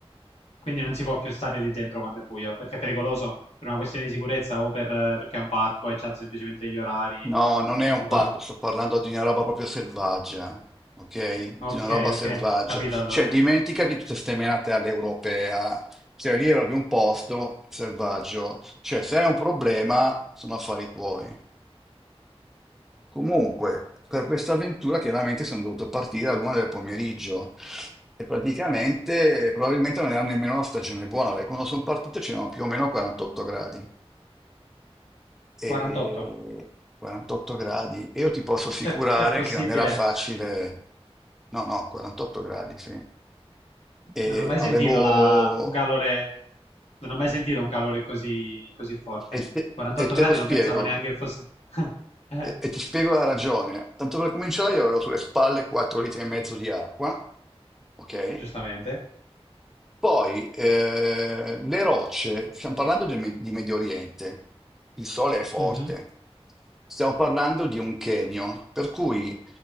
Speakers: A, on the left; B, in the centre.
A: quindi non si può più stare lì dentro quando è buio, perché è pericoloso, per una questione di sicurezza o per, perché è un parco e c'ha semplicemente gli orari.
B: No, non è un
A: o co-
B: parco, sto parlando di una roba proprio selvaggia, ok? Di
A: ok,
B: una roba selvaggia.
A: ok, capito allora.
B: Cioè, dimenticati tutte ste menate all'europea. Cioè, lì è proprio un posto selvaggio. Cioè, se hai un problema, sono affari tuoi. Comunque, per questa avventura chiaramente sono dovuto partire all'una del pomeriggio e praticamente probabilmente non era nemmeno una stagione buona, perché quando sono partito c'erano più o meno 48 gradi.
A: 48.
B: E 48 gradi, e io ti posso assicurare
A: È, è possibile.
B: che non era facile. No, no, 48 gradi, sì. E
A: Non ho mai sentito
B: avevo...
A: una- un calore, non ho mai sentito un calore così, così forte.
B: E te,
A: 48
B: e te
A: gradi
B: lo
A: non
B: spiego.
A: pensavo neanche che fosse... <laughs> Eh,
B: E, e ti spiego la ragione. Tanto per cominciare, io avevo sulle spalle 4 litri e mezzo di acqua, ok?
A: giustamente.
B: Poi eh, le rocce, stiamo parlando del Me- di Medio Oriente, il sole è forte,
A: mhm.
B: stiamo parlando di un canyon, per cui